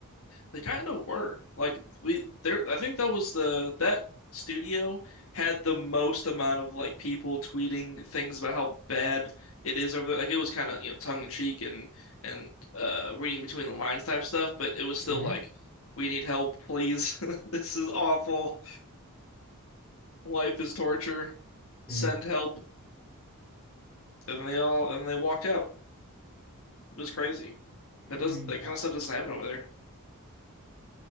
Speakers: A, on the left; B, in the centre.
A: They kind of were. Like we there I think that was the that studio had the most amount of like people tweeting things about how bad it is over there. Like it was kind of, you know, tongue in cheek and and uh reading between the lines type stuff, but it was still
B: hmm
A: like we need help, please. <laughs> This is awful. life is torture,
B: Mm.
A: send help, and they all and they walked out. It was crazy.
B: Mm.
A: That does that
B: I,
A: kind of stuff doesn't happen over there.